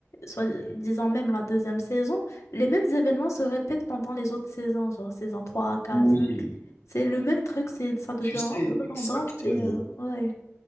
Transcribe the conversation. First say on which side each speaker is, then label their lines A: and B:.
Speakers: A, on the left (about 80°); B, on the left (about 60°).
A: soit disant même la deuxième saison, les mêmes événements se répètent pendant les autres saisons, genre saison 3 quatre
B: Oui,
A: 5. C'est le même truc, c'est, ça devient
B: tu sais
A: redondant,
B: exactement.
A: c'est, euh, ouais.